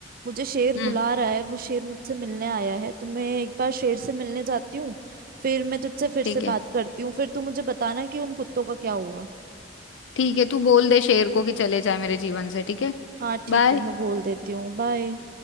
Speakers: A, on the right; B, on the left.
A: मुझे शेर
B: हम्म
A: बुला रहा है वो शेर मुझसे मिलने आया है तो मैं एक बार शेर से मिलने जाती हूँ फिर मैं तुझसे फिर
B: ठीक
A: से
B: है
A: बात करती हूँ फिर तू मुझे बताना कि उन कुत्तों का क्या हुआ
B: ठीक है तू बोल दे शेर को कि चले जाए मेरे जीवन से ठीक है
A: हाँ ठीक
B: बाय
A: है मैं बोल देती हूँ बाय